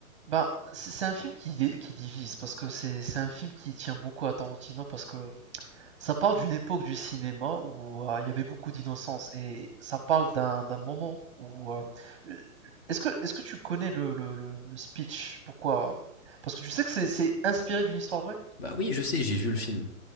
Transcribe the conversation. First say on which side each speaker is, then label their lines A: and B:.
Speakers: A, on the right; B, on the left.
A: Ben, c'est c'est un film qui, dé- qui divise, parce que c'est c'est un film qui tient beaucoup à Tarantino, parce que ça parle d'une époque du cinéma où euh, il y avait beaucoup d'innocence, et ça parle d'un d'un moment où... euh, Est-ce que, est-ce que tu connais le, le, le, le speech? Pourquoi? Parce que tu sais que c'est c'est inspiré d'une histoire vraie?
B: Bah oui, je sais, j'ai vu le film.